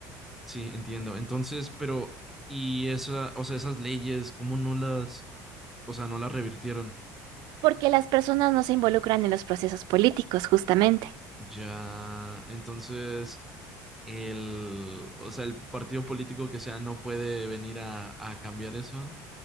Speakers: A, in the centre; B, on the right.
A: sí, entiendo. Entonces, pero, y esa, o sea, esas leyes, ¿cómo no las, o sea, no las revirtieron?
B: Porque las personas no se involucran en los procesos políticos, justamente.
A: Ya, entonces, el, o sea, el partido político que sea no puede venir a, a cambiar eso,